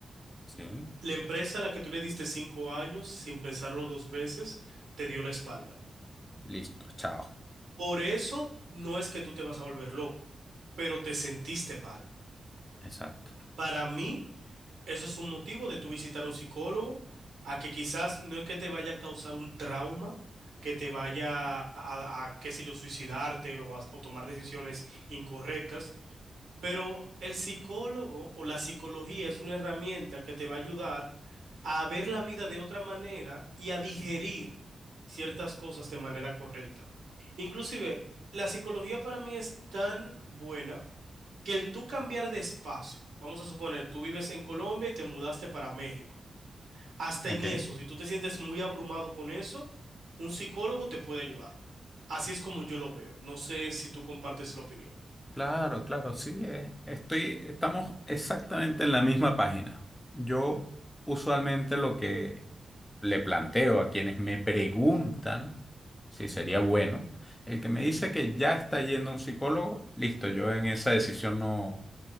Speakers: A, on the left; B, on the right.
A: Sí,
B: La empresa a la que tú le diste cinco años sin pensarlo dos veces te dio la espalda.
A: listo, chao.
B: Por eso no es que tú te vas a volver loco, pero te sentiste mal.
A: Exacto.
B: Para mí, eso es un motivo de tú visitar a un psicólogo, a que quizás no es que te vaya a causar un trauma, que te vaya a, a- qué sé yo, suicidarte o, a- o tomar decisiones incorrectas, Pero el psicólogo o la psicología es una herramienta que te va a ayudar a ver la vida de otra manera y a digerir ciertas cosas de manera correcta. Inclusive, la psicología para mí es tan buena que el tú cambiar de espacio, vamos a suponer, tú vives en Colombia y te mudaste para México. Hasta
A: Ok.
B: en eso, si tú te sientes muy abrumado con eso, un psicólogo te puede ayudar. Así es como yo lo veo. No sé si tú compartes la opinión.
A: Claro, claro, sí. eh, Estoy, estamos exactamente en la misma página. Yo usualmente lo que le planteo a quienes me preguntan si sería bueno, el que me dice que ya está yendo a un psicólogo, listo, yo en esa decisión no,